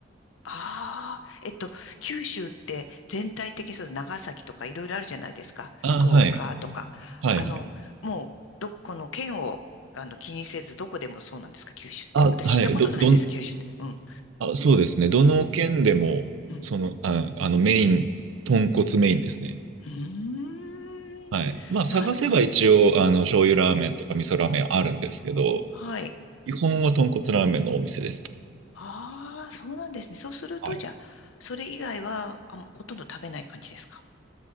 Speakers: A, on the left; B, on the right.
A: ああ、えっと、九州って全体的にそう長崎とかいろいろあるじゃないですか。
B: ああ、
A: 福岡とか。
B: はい。はい、
A: あの、
B: はい。
A: もう、どこの県を、あの、気にせず、どこでもそうなんですか、九州って。
B: あ、
A: 私行ったことないんです、
B: はい。ど、どん、
A: 九州って。うん、
B: あ、そうですね。どの県でも、
A: うん、うん。
B: その、あ、あの、メイン、豚骨メインですね。
A: うーん、
B: はい。まあ、探せば一応、
A: なる、
B: あの、醤油ラーメンとか味噌ラーメンあるんですけど、
A: はい。
B: 基本は豚骨ラーメンのお店です。
A: ああ、そうなんですね。そうすると、
B: はい
A: じゃあ、それ以外は、あ、ほとんど食べない感じですか